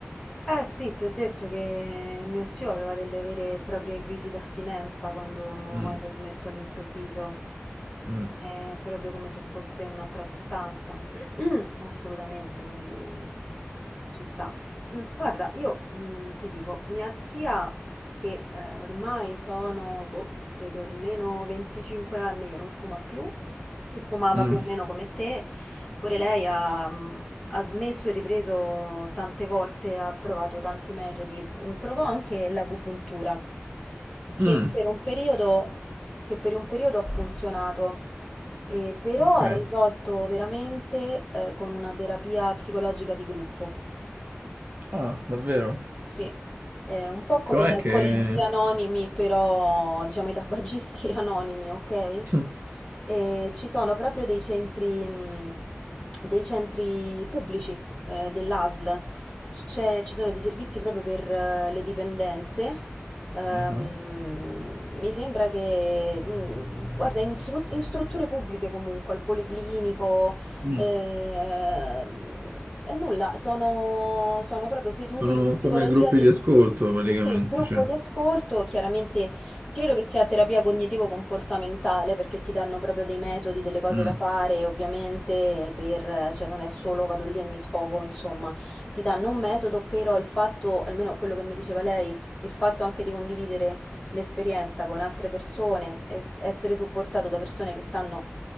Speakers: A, on the left; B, on the right.
A: Eh sì, ti ho detto che mio zio aveva delle vere e proprie crisi d'astinenza quando,
B: Mm,
A: quando ha smesso all'improvviso.
B: mm,
A: È proprio come se fosse un'altra sostanza. <clears throat> Assolutamente, quindi ci sta. Mm, Guarda, io mm, ti dico, mia zia, che eh, ormai sono, boh, credo almeno 25 anni che non fuma più, e fumava
B: mm,
A: più o meno come te, pure lei ha, mm, ha smesso e ripreso tante volte, ha provato tanti metodi. Mm, Provò anche l'agopuntura, che
B: mm,
A: per un periodo, che per un periodo ha funzionato, eh, però
B: ok.
A: ha risolto veramente, eh, con una terapia psicologica di gruppo.
B: Ah, davvero?
A: Sì, è un po' come
B: Cioè
A: gli alcolisti
B: che...
A: anonimi, però diciamo i tabagisti <laughs> anonimi, ok?
B: <laughs> Mm,
A: E ci sono proprio dei centri, mh, dei centri pubblici eh, dell'ASL, C'è- ci sono dei servizi proprio per eh, le dipendenze. Ehm,
B: Mhm,
A: mi sembra che, mh, guarda, in, stru- in strutture pubbliche comunque, al policlinico,
B: mm.
A: eh, ehm, e nulla, sono, sono proprio sedute
B: Sono
A: di psicologia
B: come gruppi
A: di...
B: di ascolto praticamente,
A: Sì, sì, gruppo
B: cioè.
A: di ascolto, chiaramente credo che sia terapia cognitivo-comportamentale perché ti danno proprio dei metodi, delle cose
B: Mm,
A: da fare, ovviamente, per, cioè non è solo vado lì e mi sfogo, insomma, ti danno un metodo, però il fatto, almeno quello che mi diceva lei, il fatto anche di condividere l'esperienza con altre persone, es- essere supportato da persone che stanno